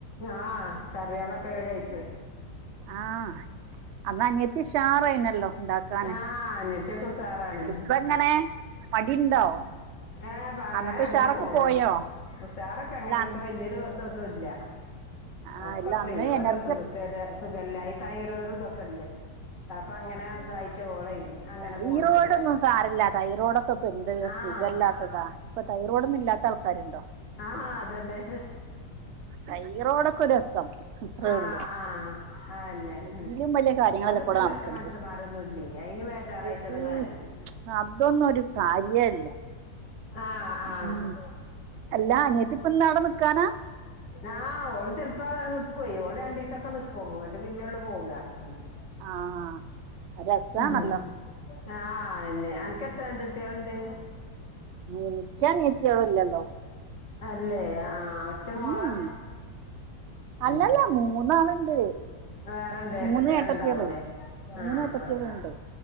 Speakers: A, on the left; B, on the right.
A: ആഹ് കറിയളൊക്കെ കയ്ക്ക്
B: ആഹ് അന്ന് അനിയത്തി ഉഷാറായിനല്ലോ ഇണ്ടാക്കാന്
A: ആഹ് അനിയത്തി ഒകെ ഉഷാറാണ്
B: ഇപ്പ എങ്ങനെ മടിണ്ടോ
A: ഏഹ് പ അങ്ങനെ
B: അന്നത്തെ ഉഷാറൊക്കെ
A: അങ്ങനെ പോണു
B: പോയോ
A: ഉസാറൊക്കെ അങ്ങനെ
B: അല്ല അന്ന്
A: ഇപ്പ വല്യൊരു ഇതൊന്നുല്ല
B: ആഹ്
A: ഒക്കെ
B: ഇല്ല
A: പ
B: അന്ന്
A: ഓരോ
B: എനർജി
A: സുഖക്ക സുഖല്ലായി തൈറോയിട് ഇതൊക്കെ ഉണ്ട് അപ്പൊ അങ്ങനെ ഇന്തായിട്ട് ഓളെ അങ്ങനെ
B: തൈറോഡൊന്നും
A: പോണ്ട്
B: സാറില്ലാ തൈറോഡൊക്കെ ഇപ്പൊ എന്ത്
A: ആഹ്
B: സുഖല്ലാത്തതാ ഇപ്പൊ തൈറോടൊന്ന ഇല്ലാത്ത ആൾക്കാരുണ്ടോ
A: ആഹ് അതന്നെ
B: തൈറോയിഡൊക്കെ രസം അത്രേ
A: ആഹ്
B: ഉള്ളൂ
A: ആഹ് അന്നെ ഉം
B: അയിലും വലിയ കാര്യങ്ങളല്ലേ
A: അതിപ്പോ
B: ഇപ്പവിടെ
A: എല്ലാ
B: നടക്കണത്
A: ത്തെ മനസന്മാരൊന്നും ഇല്ല അയിന് വേജാറായിട്ടൊന്നും
B: ഏയ്
A: കാര്യല്ല
B: അതൊന്നും ഒരു കാര്യല്ല
A: ആഹ് ആഹ്
B: ഉം എല്ലാ അനിയത്തി ഇപ്പ ഇന്ന് ആടെ നിക്കാനാ
A: ആഹ് ഓള് ചെലപ്പോ നിക്കുവ ഓള് രണ്ടു ദിവസംക്കെ നിക്കും ഇങ്ങട്ട് പിന്നെള്ള പോക ആഹ്
B: ആഹ് രസാണല്ലോ
A: ആഹ് ആഹ് എന്നെ അൻക്ക് എത്ര അഞ്ചത്തിയാളുണ്ട്
B: എനിക്കനിയത്തിയാളില്ലല്ലോ
A: അല്ലെ ആഹ് ഒറ്റ മോളാ
B: ഉം അല്ലല്ല
A: ഉം
B: മൂന്നാളുണ്ട്
A: വേറെണ്ട് ഏട്ടത്തികളുണ്ടാവൂല്ലേ
B: മൂന്ന് ഏട്ടത്തിയാള് മൂന്ന്
A: ആഹ്
B: ഏട്ടത്തിയാളുണ്ട്
A: ആഹ്